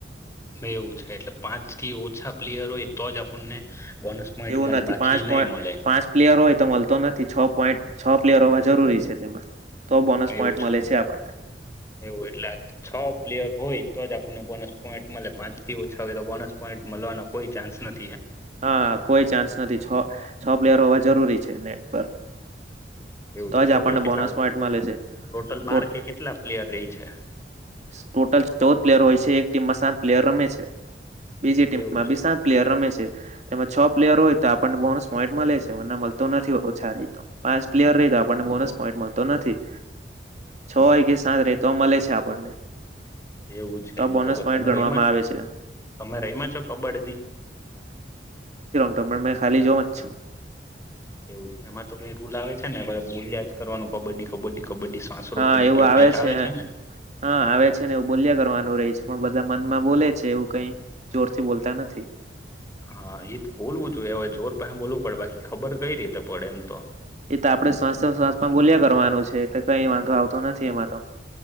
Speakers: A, on the left; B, on the right.
A: કે એવું છે. એટલે પાંચ થી ઓછા પ્લેયર હોય તો જ આપણને બોનસ પોઈન્ટ
B: એવું
A: મળે
B: નથી
A: બાકી
B: પાંચ
A: નહી
B: પો
A: મળે
B: પાંચ પ્લેયર હોય તો મળતો નથી. છ પોઈન્ટ છ પ્લેયર હોય જરૂરી છે તેમાં તો બોનસ
A: એવું
B: પોઈન્ટ
A: છુ.
B: મળે છે આપણને
A: એવું એટલે આ છ પ્લેયર હોય તો જ આપણને બોનસ પોઈન્ટ મળે. પાંચ થી ઓછા હોય તો બોનસ પોઈન્ટ મળવાનો કોઈ ચાન્સ નથ
B: હા કોઈ ચાન્સ નથી. છ છ પ્લેયર હોવા જરૂરી છે નેટ પર
A: એવું
B: તો
A: છે. ટોટલ
B: જ આપણને
A: કેટલા,
B: બોનસ પોઈન્ટ મળે છે
A: ટોટલ બાર
B: તો
A: કે કેટલા પ્લેયર રે છે?
B: ટોટલ ચૌદ પ્લેયર હોય છે. એક ટીમમાં સાત પ્લેયર રમે છે. બીજી ટીમમાં
A: એવું છે.
B: બી સાત પ્લેયર રમે છે. તેમાં છ પ્લેયર હોય તો આપણને બોનસ પોઈટ મળે છે. વરના મળતો નથી ઓછા રહે તો. પાંચ પ્લેયર રે તો આપણને બોનસ પોઈટ મળતો નથી. છ હોય કે સાત રે તો મળે છે આપણને.
A: એવું છે.
B: તો બોનસ
A: બરોબર
B: પોઈન્ટ
A: તમે
B: ગણવામાં
A: રહીમાં?
B: આવે છે
A: તમે રહીમાં છો કબ્બડદી?
B: તમે મે ખાલી જોહુ જ છું
A: એવું એમાં તો કઈ રૂલ આવે છે ને બોલ્યા જ કરવાનું કબડ્ડી કબડ્ડી કબડ્ડી શ્વાસ
B: હા
A: રોકીને
B: એવું
A: કેવું
B: આવે
A: કઈક
B: છે
A: ને
B: હા આવે છે ને એવું બોલ્યા કરવાનું રહી છે પણ બધા મનમાં બોલે છે એવું કઈ જોરથી બોલતા નથી
A: હા એ બોલવું જોઈ હવે જોર પછ બોલવું પડે બાકી ખબર કઈ રીતે પડે એમ તો
B: એ તો આપડે શ્વાસ શ્વાસ માં બોલ્યા કરવાનું છે એટલે કઈ વાંધો આવતો નથી એમાં તો